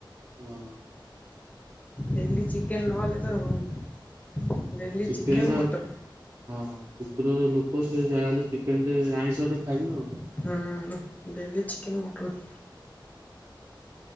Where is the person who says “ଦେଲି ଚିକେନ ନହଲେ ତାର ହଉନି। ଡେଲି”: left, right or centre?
Left